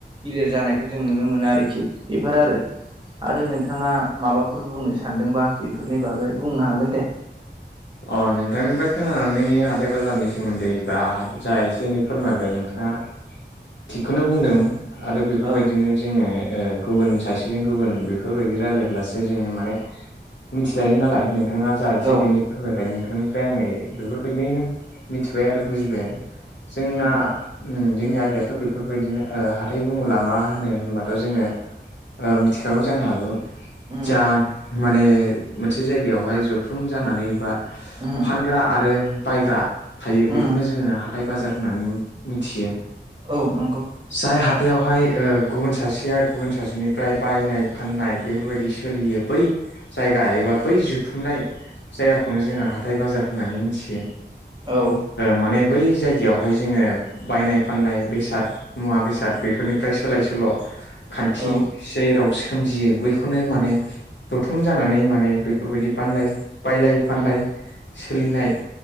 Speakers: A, on the right; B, on the left.
A: गिलिर जानाय बेखौ जों नुनो मोनो आरोखि बेफोरो आरो आरो नोंथाङा माबाफोर बुंनो सानदोंबा बेफोरनि बागै बुंनो हागोन दे।
B: अ नोंथांनिफ्राय खोनानानै हाथाय बाजारनि सोमोन्दै बा जा एसे एनै फोरमायबाय नोंथाङा थिगखौनो बुंदों आरो बेफोरबायदिनो
A: औ
B: जोङो गुबुन सासेजों गुबुन बेफोरबायदि रायलायब्लासो जोङो माने मिथिलायो नालाय नों नोंथाङा जा एसे
A: औ
B: एनै फोरमायबाय नोंथांनिफ्राय आङो बेफोरबायदियैनो मिथिबाय आरो बुजिबाय आरो जोंना
A: उम
B: जोंनि आयदायाथ' बेफोरबायदिनो हाथाय बुङोब्ला मा होनो होमबाथ' जोङो मिथिखागौ जानो हागौ।
A: उम
B: जा माने मोनसे जायगायावहाय जथुम जानानै बा फानग्रा
A: उम
B: आरो बायग्रा थायो
A: उम
B: बेखौनो जोङो हाथाइ बाजार होननानै मिथियो।
A: औ नंगौ।
B: जाय हाथायावहाय गुबुन सासेया गुबुन सासेनिफ्राय बायनाय फाननाय बेफोरबायदि सोलियो बै जायगा एबा बै जुथुमनाय जायगाखौ बेखौनो जोङो हाथाय बाजार होननानै मिथियो।
A: औ
B: माने बै जायगायावहाय जोङो बायनाय फाननाय बेसाद मुवा बेसाद बेफोरनिफ्राय सोलाय सोल' खान्थि
A: औ
B: जेराव सोमजियो बैखौनो माने जथुम जानानै माने बेफोरबायदि बानलाय बायलाय फानलाय सोलिनाय